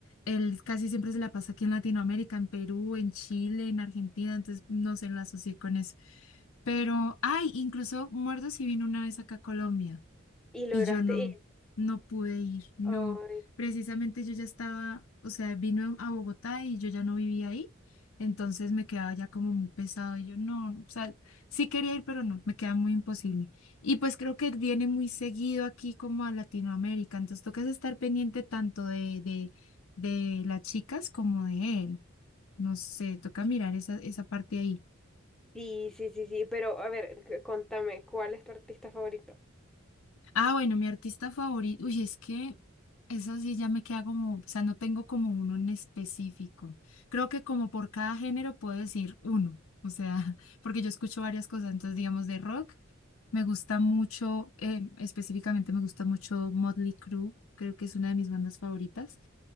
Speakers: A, on the left (about 85°); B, in the centre.
A: él casi siempre se la pasa aquí en Latinoamérica, en Perú, en Chile, en Argentina, entonces no se la asocié con eso. Pero, ay, incluso Muertos sí vino una vez acá a Colombia.
B: Y
A: Y
B: lograste
A: yo no,
B: ir.
A: no pude ir, no.
B: Ay,
A: Precisamente yo ya estaba, o sea, vino a Bogotá y yo ya no vivía ahí, entonces me quedaba ya como muy pesado y yo no, o sea, sí quería ir, pero no, me queda muy imposible. Y pues creo que viene muy seguido aquí como a Latinoamérica, entonces tocas estar pendiente tanto de, de, de las chicas como de él. No sé, toca mirar esa, esa parte ahí.
B: sí, sí, sí, sí, pero a ver, c- contame, ¿cuál es tu artista favorito?
A: Ah, bueno, mi artista favorito. Uy, es que eso sí ya me queda como, o sea, no tengo como uno en específico. Creo que como por cada género puedo decir uno, o sea, <laughs> porque yo escucho varias cosas, entonces digamos de rock, me gusta mucho, eh, específicamente me gusta mucho Motley Crue, creo que es una de mis bandas favoritas.